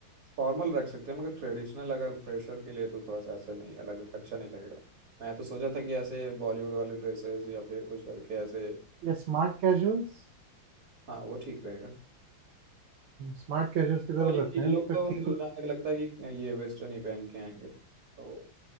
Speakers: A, on the right (about 45°); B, on the right (about 80°).
A: फॉर्मल रख सकते हैं मगर ट्रेडिशनल अगर फ्रेशर के लिए तो थोड़ा सा ऐसा नहीं अलग अच्छा नहीं लगेगा मैं तो सोचा था कि ऐसे बॉलीवुड वाले ड्रेसेस या फिर कुछ करके ऐसे
B: या स्मार्ट कैजुअल्स
A: हाँ वो ठीक रहेगा
B: स्मार्ट कैजुअल्स की तरफ
A: वही कि
B: रखते हैं
A: ये लोग
B: फिर
A: तो
B: थीम
A: जुलान लगता है कि ये वेस्टर्न ही पहन के आएंगे तो